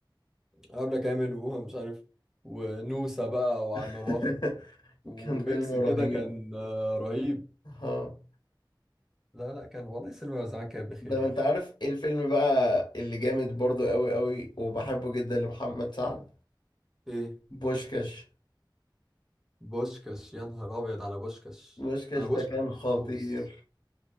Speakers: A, in the centre; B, on the left.
A: عبلة كامل وهو مش عارف ونوسة بقى وعم
B: <laughs>
A: بخ وميكس
B: كان فيلم رهيب
A: كده كان آه، رهيب
B: ها
A: لا لا كان والله السينما زمان كانت بخير
B: ده
A: يا
B: انت
A: اخي
B: عارف ايه الفيلم بقى اللي جامد برضو قوي قوي وبحبه جدا لمحمد سعد
A: ايه
B: بوشكاش
A: بوشكاش يا نهار ابيض على بوشكاش
B: بوشكاش
A: انا
B: ده
A: بوشكاش
B: كان
A: محفوظ
B: خطير